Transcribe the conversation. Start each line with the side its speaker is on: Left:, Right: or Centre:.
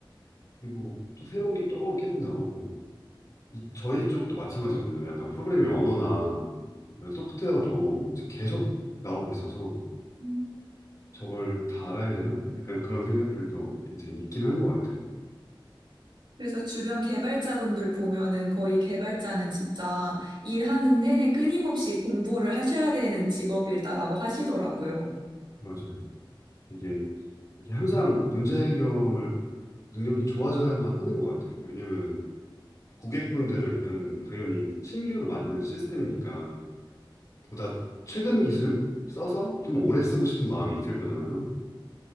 Left: 그리고 또 새로운 게 또 계속 나오고 이, 저희 쪽도 마찬가지거든요. 약간 프로그래밍 언어나 이런 소프트웨어도 이제 계속 나오고 있어서
Right: 음.
Left: 저걸 다 알아야 되나? 약간 그런 생각들도 이제 있긴 한 것 같아요.
Right: 그래서 주변 개발자분들 보면은 거의 개발자는 진짜 일하는 내내 끊임없이 공부를 하셔야 되는 직업이다라고 하시더라고요.
Left: 맞아요. 이게, 이게 항상 문제 해결 능력이 좋아져야만 하는 것 같아요. 왜냐면은 고객분들은 당연히 신규로 만든 시스템이니까 보다 최근 기술 써서 좀 오래 쓰고 싶은 마음이 있을 거잖아요.